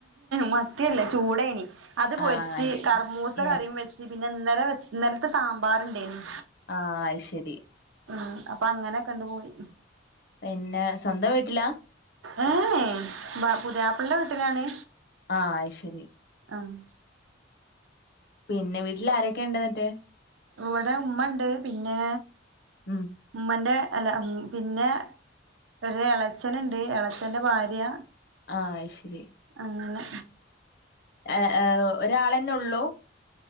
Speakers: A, on the right; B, on the left.
A: മത്തിയല്ല ചൂടേന് അത് പൊരിച്ച്
B: ആഹ് അത് ശരി
A: കർമൂ സ
B: ഏ
A: കറീം വെച്ച് പിന്നെ ഇന്നലെ ഇന്നലത്തെ സാമ്പാർണ്ടേന്നു
B: ആഹ് അയ്ശരി
A: ആഹ് അപ്പൊ അങ്ങനെ കണ്ടു പോയി
B: പിന്നെ സ്വന്തം വീട്ടിലാ
A: ഏഹ് ബപുത്യാപ്പളിന്റെ വീട്ടിലാണ്
B: ആഹ് അയ്ശരി
A: ആഹ്
B: പിന്നെ വീട്ടിൽ ആരൊക്കെണ്ട്ന്നിട്ട്
A: ഇവിടെ ഉമ്മ ഉണ്ട് പിന്നെ
B: ഉം
A: ഉമ്മന്റെ അല്ല ഉം പിന്നെ ഒരു എളച്ചനുണ്ട് എളച്ചന്റെ ഭാര്യ
B: ആഹ് അയ്ശരി
A: അങ്ങനെ
B: ഏഹ് ഏഹ് ഒരാളെന്നെ ഒള്ളൂ